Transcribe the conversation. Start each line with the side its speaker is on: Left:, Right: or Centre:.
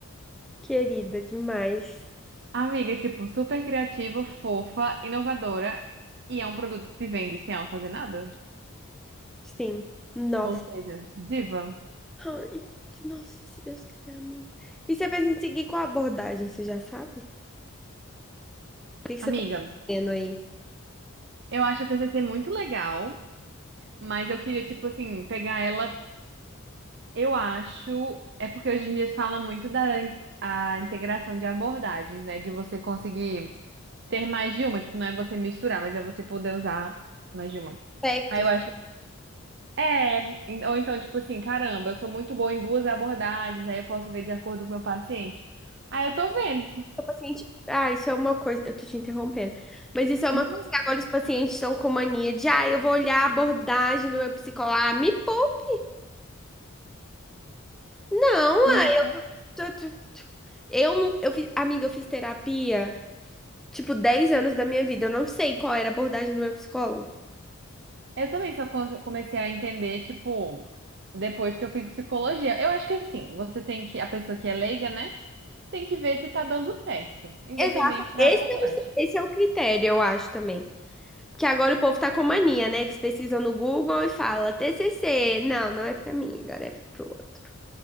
Centre: Querida demais.
Right: Amiga, tipo, super criativa, fofa, inovadora e é um produto que se vende sem ela fazer nada.
Centre: Sim. Nossa.
Right: Ou seja, diva.
Centre: Ai, que- nossa, se Deus quiser, amém. E você pensa em seguir qual abordagem, você já sabe? O que que você
Right: Amiga,
Centre: tá fazendo aí?
Right: eu acho a TCC muito legal, mas eu queria, tipo assim, pegar ela. Eu acho. É porque hoje em dia se fala muito da a integração de abordagens, né? De você conseguir ter mais de uma, tipo, não é você misturar, mas é você poder usar mais de uma.
Centre: Aspectos,
Right: Aí eu acho, é, en- ou então, tipo assim, caramba, eu sou muito boa em duas abordagens, aí eu posso ver de acordo com o meu paciente. Aí eu tô vendo.
Centre: o paciente. Ah, isso é uma coisa. Eu tô te interrompendo. Mas isso é uma
Right: Não,
Centre: coisa que agora os pacientes estão com mania de, ah, eu vou olhar a abordagem do meu psicólogo. Ah, me poupe! Não,
Right: né?
Centre: ah, tô- tô- tô- eu, não- eu fiz, amiga, eu fiz terapia, tipo, 10 anos da minha vida. Eu não sei qual era a abordagem do meu psicólogo.
Right: Eu também só con- comecei a entender, tipo, depois que eu fiz psicologia. Eu acho que assim, você tem que, a pessoa que é leiga, né, tem que ver se tá dando certo, independente
Centre: Exato.
Right: da
Centre: Esse
Right: abordagem.
Centre: é o, esse é o critério, eu acho também. Porque agora o povo tá com mania, né? Eles pesquisam no Google e falam TCC. Não, não é pra mim, agora é pro outro.